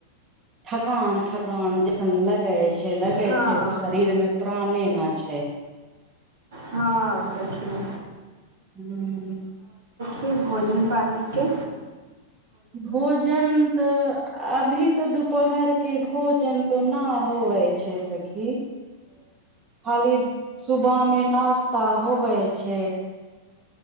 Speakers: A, on the right; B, on the right.
A: थकान थकान जैसन लगै छै, लगै
B: हँ
A: छै शरीर मे प्राणे मा छै
B: हां, सखी।
A: हुं।
B: की भोजन पानीके
A: भोजन त अभी त दु पहर के भोजन त ना होवै छै सखी, खाली सुबह मे नाश्ता होवै छै।